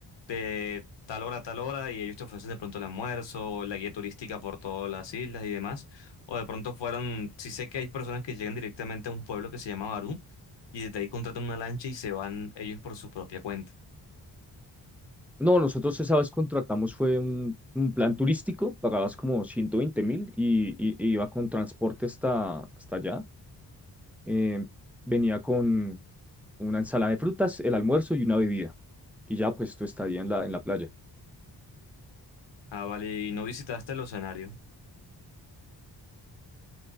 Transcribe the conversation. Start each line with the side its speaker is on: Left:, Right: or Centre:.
Left: de tal hora a tal hora y ellos te ofrecen de pronto el almuerzo, la guía turística por todas las islas y demás. O de pronto fueron, sí sé que hay personas que llegan directamente a un pueblo que se llama Barú y desde ahí contratan una lancha y se van ellos por su propia cuenta.
Centre: No, nosotros esa vez contratamos fue un, un plan turístico, pagabas como 120 mil y, y- e iba con transporte hasta, hasta allá. Eh, venía con una ensalada de frutas, el almuerzo y una bebida. Y ya pues tu estadía en la, en la playa.
Left: Ah, vale, y no visitaste el oceanario,